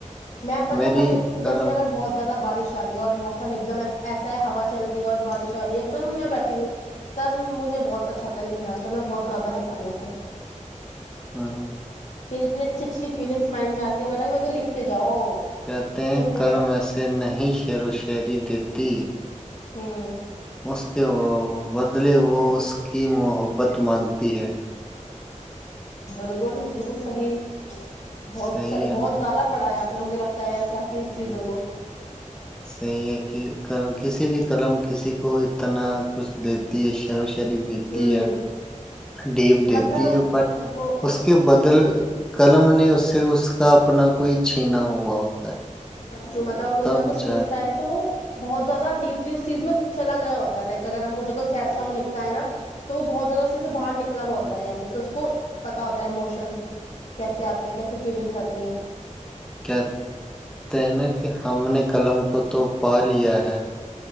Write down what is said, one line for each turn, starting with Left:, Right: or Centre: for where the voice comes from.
Left: میں پتا
Centre: میری
Left: کب لکھتی ہوں
Centre: قلم
Left: جیسے اگر بہت زیادہ بارش اور موسم ایک دم ایسا ہے ہوا چل رہی ہے اور بارش آ رہی ہے ایک دم میں بیٹھی ہوئی ہوں تب مجھے بہت اچھا لگتا ہے لکھنا تب میں بہت زیادہ لکھتی ہوں پھر
Centre: ہممم
Left: پھر اتنی اچھی اچھی فیلنگس مائنڈ میں آتی ہے گر تو لکھتے جاؤ
Centre: کہتے ہیں
Left: پھر تو
Centre: کل
Left: بس
Centre: میں سے نہیں شعر و شاعری دی تی
Left: ہممم
Centre: اس کے بدلے وہ اس کی محبت مانگتی ہے
Left: بالکل بالکل صحیح بہت
Centre: صحیح
Left: سہ
Centre: ہے
Left: بہت
Centre: نا
Left: زیادہ پڑھایا مجھے لگتا ہے تاکہ
Centre: ہ
Left: چیزوں کو
Centre: صحیح ہے کہ کسی بھی قلم کسی کو اتنا کچھ دیتی ہے شعر ری دیتی
Left: ہوں
Centre: ہے ڈیپ دیتی
Left: مطلب
Centre: ہے بٹ اس کے بدل قلم نے اس سے اس
Left: <inaudible>
Centre: کا اپنا کوئی چھینا ہوا ہوتا ہے
Left: جو مطلب اندر
Centre: تب
Left: کچھ
Centre: جا
Left: لکھتا ہے تو وہ بہت زیادہ ڈیپ اس چیز میں چلا گ ہوتا لائک اگر ہم پجھے کوئی سیڈ سانگ لکھتا ہے نا تو وہ بہت زیادہ سے باہر نکلا ہوا
Centre: کے
Left: ہوتا ہے یا پھر تو اس کو پتا ہوتا ہے ایموشنس کیسے آتے ہیں کیسے فیلنگس آتے تی ہیں <inaudible>
Centre: کیاتے نا کہ ہم نے قلم کو تو پا لیا ہے